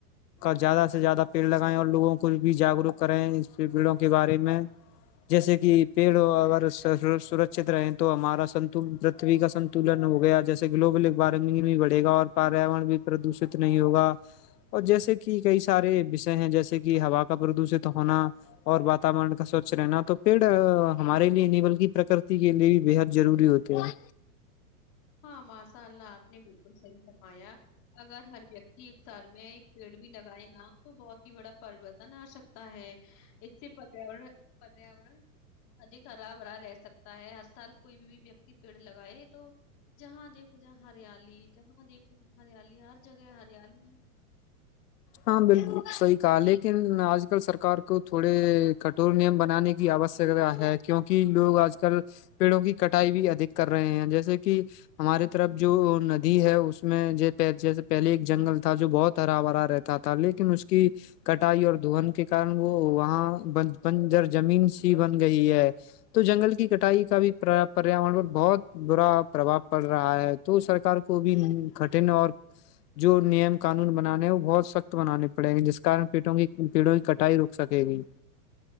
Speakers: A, on the left (about 80°); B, on the left (about 40°).
A: زیادہ سے زیادہ پیڑ لگائیں اور لوگوں کو بھی جاگروک کریں اس پیڑوں کے بارے میں جیسے کہ پیڑ اور س رہے تو ہمارا س پتھوی کا سنتولن ہو گیا جیسے گلوبل وارمنگ بھی بڑے گا اور پیاورن بھی پردوشت نہیں ہوگا اور جیسے کہ کئی سارے وشے ہیں جیسے کہ ہا کا پردوشت ہونا اور واتورن کا سوچھ رہنا تو پیڑ ہمارے لیے نہیں بلکہ پرک کے لیے بھی بےحد ضروری ہوتے ہیں
B: ہاں ماشاء اللہ آپ نے بالکل صحیح فرمایا اگر ہر ویکتی ایک سال میں ایک پیڑ بھی لگائے نا تو بہت ہی بڑا پرو تھا نا سک ہے اس سے پر پریاورن ادک خرابرا رہ سکتا ہے ہر سال کوئی بھی ویکتی پیڑ لگائے تو جہاں دیک د جا ہریالی جاں دیکھو ج ہریالی بہار جگہ ہریالی میں
A: ہاں بالکل صحیح کہا لیکن آج کل سرکار کو کو تھوڑے کٹور نیم بنا بنانے کی آوشکتا ہے کیوںک لوگ آج کل پیڑوں کی کٹائی بھی ادھک کر رہے ہیں جیسے کہ ہماراری طرف جو ندی ہے اس میں جیسے پہلے ایک جنگل تھا جو بہت ہرا بھرا رہتا تھا لیکن اس کی کٹائی اور دن کے کن وہ وہاں بنجر جمین سی بن گئی ہے تو جنگل کی کٹائی کا بھی پریاورن پر بہت برا پرباؤ پڑ رہا ہے تو سرک کو بھی کٹن اور جو نیم قانون بنانے ہیں وہ بہت سخت بنانے پڑے گے جس کار کی پیڑوں کی کٹائی رک سکے گی